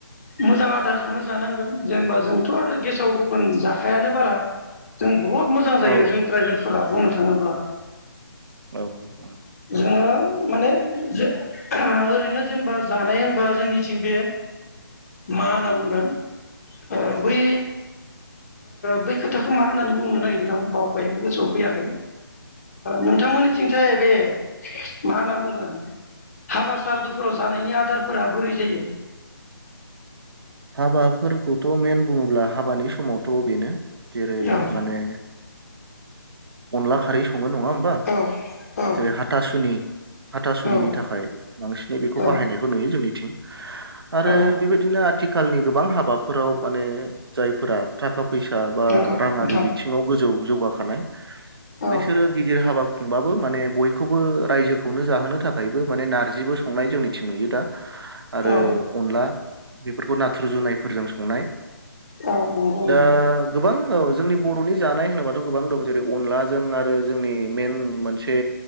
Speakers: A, on the left; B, on the right.
A: मोजां आदारखौनो जानांगोन जेनेबा जोंथ आरो गेसाव गोफोन जाखायानो बारा जों बुहुद मोजां जायो
B: औ
A: जों
B: नंगौ
A: राइबेलफोरा बुंनो थाङोबा थाङोब्ला
B: औ औ
A: जोङो माने जो ओरैनो जेनेबा जानाय होनबा जोंनिथिं बे मा होनना बुंगोन ओ बै बै खोथाखौ मा होननानै बुंनो नागिरदों आं बावबाय गोसोआव फैयाखै नोंथांमोननिथिंथाय बे मा होनना बुंगोन, हाबा सारादुफोराव जानायनि आदारफोरा बोरै जायो?
B: हाबाफोरखौथ' मेइन बुङोब्ला हाबानि समावथ' बेनो। जेरै
A: औ
B: माने अनला खारि स सङो नङा होमबा?
A: औ
B: जेरै हाथासुनि हाथासुनिनि
A: औ
B: थाखाय बांसिनै बेखौ
A: औ
B: बाहायनायखौ नुयो जोंनिथिं। <unintelligible> आरो
A: औ
B: बेबायदिनो आ आथिखालनि गोबां हाबाफोराव माने जायफोरा थाखा फै फैसा बा
A: नंगौ
B: राङारि
A: नोंथां
B: बिथिङाव गोजौ जौगाखानाय
A: औ
B: बिसोरो गिदिर हाबा खुंबाबो माने बयखौबो रायजोखौनो जाहोनो थाखायबो माने नारजिबो संनाय जोंनिथिं नुयो दा। आरो
A: औ
B: अनला बेफोरखौ नाथुर जुनायफोरजों संनाय
A: औ नंगौ
B: दा
A: नोंथां
B: गोबां औ जोंनि बर'नि जानाय होनोबाथ' गोबां दं जेरै अनलाजों आरो जोंनि मेइन मोनसे